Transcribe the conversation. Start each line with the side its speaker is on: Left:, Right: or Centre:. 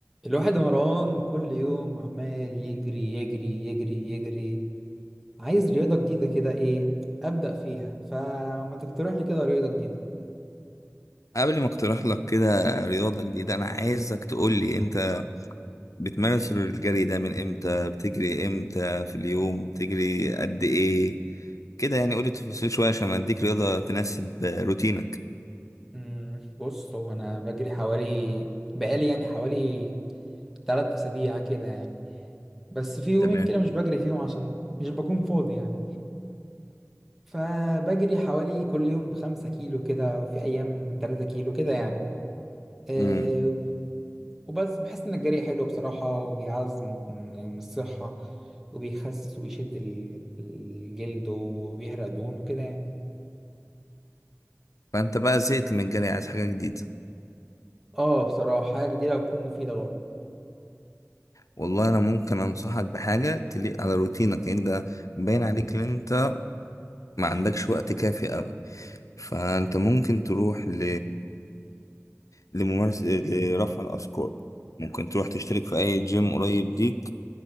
Centre: الواحد يا مروان كل يوم عمال يجري يجري يجري يجري عايز رياضة جديدة كده ايه أبدأ فيها فما تقترح لي كده رياضة جديدة
Left: قبل ما اقترح لك كده رياضة جديدة أنا عايزك تقول لي أنت بتمارس الجري ده من إمتى بتجري إمتى في اليوم بتجري قد إيه كده يعني قول لي تفاصيل شوية عشان أديك رياضة تناسب روتينك
Centre: مم، بص هو أنا بجري حوالي بقالي يعني حوالي تلات أسابيع كده يعني بس في يومين
Left: تمام
Centre: كده مش بجري فيهم عشان مش بكون فاضي يعني فبجري حوالي كل يوم خمسة كيلو كده وفي أيام تلاتة كيلو كده يعني آه،
Left: امم
Centre: وبس بحس إن الجري حلو بصراحة وبيعز من من الصحة وبيخسس وبيشد ال- الجلد وبيحرق دهون وكده يعني
Left: فأنت بقى زهقت من الجري عايز حاجة جديدة
Centre: اه بصراحة حاجة جديدة هتكون مفيدة برضه
Left: والله أنا ممكن أنصحك بحاجة تليق على روتينك لأن ده باين عليك إن أنت ما عندكش وقت كافي أوي فأنت ممكن تروح ل لممارسة لرفع الأثقال ممكن تروح تشترك في أي جيم قريب ليك